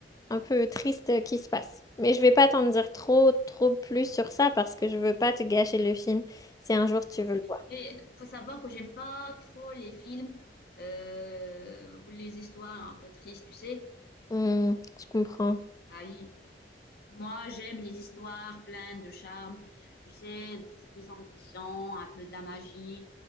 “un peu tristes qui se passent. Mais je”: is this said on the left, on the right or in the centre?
Left